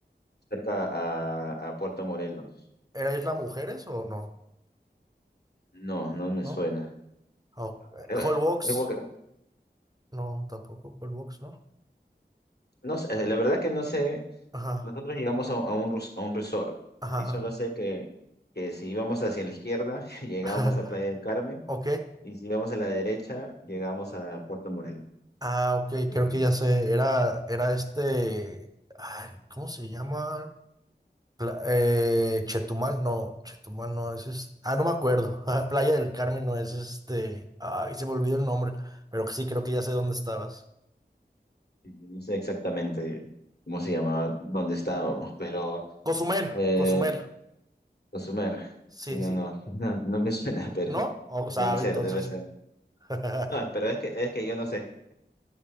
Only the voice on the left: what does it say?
cerca a, a Puerto Morelos.
No, no me
suena.
No,
eh,
es porque-
no sé, eh, la verdad que no sé.
Nosotros llegamos a, a un, rus- a un resort
y solo sé que, que si íbamos hacia la izquierda, <laughs> llegábamos
a Playa del Carmen
y si íbamos a la derecha, llegábamos a Puerto Morelos.
Y,
y no sé exactamente cómo se llamaba, dónde estábamos, pero
eh,
Cozumel,
sí, no,
no, <laughs> no, no me suena, <laughs> pero
debe
ser,
debe ser.
No, pero es que, es que yo no sé.